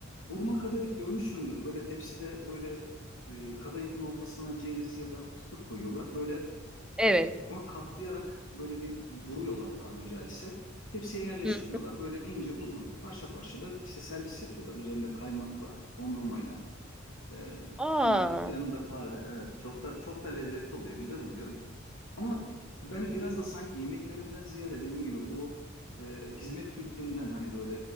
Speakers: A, on the left; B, in the centre.
A: burma kadayıf görmüşsündür. Böyle tepside böyle e, kadayıfın ortasına ceviz ya da fıstık koyuyorlar. Böyle
B: Evet.
A: e, onu katlayarak böyle bir buruyorlar tabiri caizse. Tepsiye yerleştiriyorlar.
B: Hı.
A: Böyle ince uzun parça parça da işte servis yapıyorlar. Üzerinde kaymakla, dondurmayla. Ee,
B: Aa.
A: yanında yanında kahve. Evet, çok da çok da lezzetli oluyor, güzel oluyor. Ama ben biraz da sanki yemeklerinden ziyade dediğim gibi bu e, hizmet kültüründen hani böyle